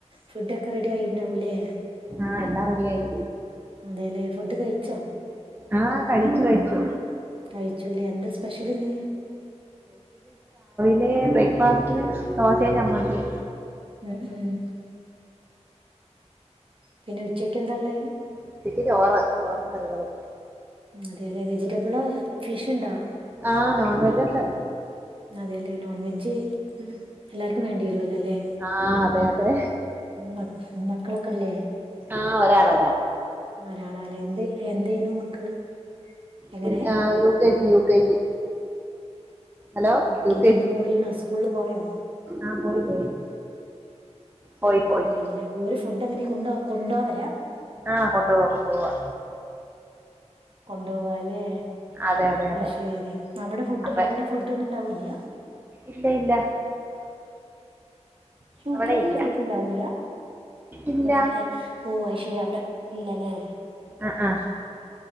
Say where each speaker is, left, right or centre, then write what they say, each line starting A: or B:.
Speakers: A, on the right (about 50°); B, on the right (about 15°).
A: ഫുഡ്ഡൊക്കെ റെഡിയായിട്ടുണ്ടാവൂല്ലേ
B: ആഹ് എല്ലാം റെഡിയായി
A: അതെല്ലെ ഫുഡ്ഡ് കഴിച്ചൊ
B: ആഹ് കഴിച്ചു കഴിച്ചു
A: കഴിച്ചുല്ലേ എന്താ സ്പെഷ്യലിന്ന്
B: <unintelligible> ബ്രേക്ക്ഫാസ്റ്റ്ന് ദോശേം ചമ്മന്തി
A: ഉം ഉം പിന്നെ ഉച്ചക്ക് എന്താള്ളെ
B: ഉച്ചക്ക് ചോറ് ചോറും കറികളും
A: അതേലെ വെജിറ്റബിള ഫിഷ്ഇണ്ടാ
B: ആഹ് നോൺ വെജ് ഉണ്ട്
A: അതെല്ലെ നോൺവെജ് എല്ലാർക്കും വേണ്ടി വരൂല്ലല്ലേ
B: ആ അതെ അതെ
A: മക്ക മക്കളൊക്കെല്ലേ
B: ആഹ് ഒരാള് ഒരാള്
A: ആഹ് ഒരാളാലെ എന്ത് എന്ത് ചെയ്യണു മക്കള് എങ്ങനെ
B: കുഞ് ആ U K G U K G hello
A: U
B: U
A: K G ഇന്ന് പോയിണോ സ്കൂള്ല് പോയോ
B: ആഹ് പോയി പോയി പോയി പോയി
A: പോയില്ലേ ഓരു ഫുഡ് എങ്ങനെ കൊണ്ടോ കൊണ്ടോവരാ
B: ആഹ് കൊണ്ടുപോവാ കൊണ്ടുപോവാ
A: കൊണ്ട്പോക അല്ലെ
B: അതെ അതെ
A: അത്
B: അതെ
A: ശരി അവിടെ ഫുഡ്
B: അപ്പൊ
A: അവിടെ ഫുഡ് ഒന്നുംണ്ടാവില്ല ഇ യാ
B: ഇല്ല ഇല്ല
A: യു
B: അവിടെ
A: കെ ജില്
B: ഇല്ല
A: ഫുഡ് ഉണ്ടാവൂല
B: ഇല്ല
A: ഇവിടെ ഇല്ലേ ഓ അത് ശെ രി അവിടെ ഇല്ലല്ലേ
B: ആഹ് ആഹ്